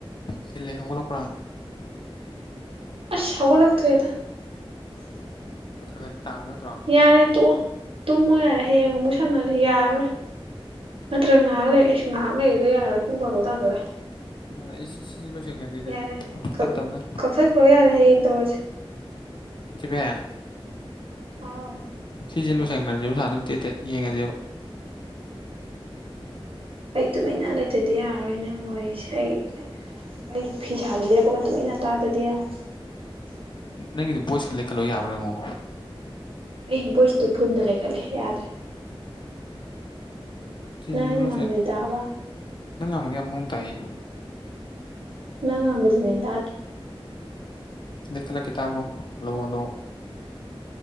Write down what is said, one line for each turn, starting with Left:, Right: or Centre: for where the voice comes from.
Left: ꯊꯤꯜꯂꯦ ꯍꯧꯒꯠꯔꯛꯄꯔ
Right: ꯑꯁ ꯍꯧꯒꯠꯂꯛꯇ꯭ꯔꯦꯗ
Left: ꯈꯔꯗꯤ ꯇꯥꯕ ꯅꯠꯇ꯭ꯔꯣ
Right: ꯌꯥꯔꯦ ꯇꯣꯛꯑꯣ ꯇꯨꯝꯃꯣ ꯌꯥꯔꯦ ꯍꯌꯦꯡ ꯑꯃꯨꯛ ꯁꯥꯅꯌꯥꯔꯔꯣꯏ ꯅꯠꯇ꯭ꯔꯒ ꯉꯥꯏꯍꯥꯛ ꯂꯩ ꯏꯁ ꯉꯥꯏꯍꯥꯛ ꯂꯩꯔꯒꯌꯔꯥꯔꯣꯏ ꯄꯨꯡ ꯕꯥꯔꯣ ꯇꯥꯗꯣꯔꯦ
Left: ꯑ ꯑꯁꯤꯁꯤ ꯂꯣꯏꯁꯟꯒꯁꯦ ꯑꯗꯨꯗꯤ
Right: ꯌꯥꯔꯦ ꯀꯛ
Left: ꯇꯞ ꯇꯞꯅ
Right: ꯀꯛꯊꯠꯈ꯭ꯔꯣ ꯌꯥꯔꯦ ꯍꯌꯦꯡ ꯇꯧꯔꯁꯤ
Left: ꯊꯣꯏꯕꯤꯌꯦ
Right: ꯍꯥꯎ
Left: ꯁꯤꯁꯦ ꯂꯣꯏꯁꯟꯈ꯭ꯔꯁꯦ ꯎꯁꯥ ꯑꯗꯨꯝ ꯇꯦꯠ ꯇꯦꯠ ꯌꯦꯡꯉꯁꯦꯕ
Right: ꯑꯩ ꯇꯨꯃꯤꯟꯅ ꯂꯩꯇꯥꯗꯤ ꯌꯥꯔꯣꯏ ꯅꯪꯋꯥꯔꯤꯁꯦ ꯑꯩ ꯑꯩ ꯐꯤ ꯁꯥꯕ ꯂꯦꯞꯄꯒ ꯇꯨꯃꯤꯟꯅ ꯇꯥꯗꯗꯤ ꯌꯥꯔꯣꯏ
Left: ꯅꯪꯒꯤꯗ ꯚꯣꯏꯁꯇ ꯂꯩꯈꯠꯂꯣ ꯌꯥꯕꯔꯥꯌꯦꯡꯉꯣ
Right: ꯑꯩ ꯚꯣꯏꯁꯇꯨ ꯐꯨꯟꯗ ꯂꯩꯈꯠꯂꯦ ꯌꯥꯗ꯭ꯔꯦ
Left: ꯁꯤꯁꯤꯂꯣꯁꯦ
Right: ꯅꯪ ꯑꯩꯅ ꯉꯥꯡꯕꯗꯤ ꯇꯥꯕ꯭ꯔꯥ
Left: ꯅꯪ ꯉꯝꯃꯗꯤ ꯌꯥꯝ ꯃꯣꯡ ꯇꯥꯏꯌꯦ
Right: ꯅꯪꯉꯪꯕꯨꯖꯤꯅꯦꯗ
Left: ꯂꯩꯈꯠꯂꯛꯀꯦ ꯇꯕꯔꯣ ꯍꯂꯣ ꯍꯂꯣ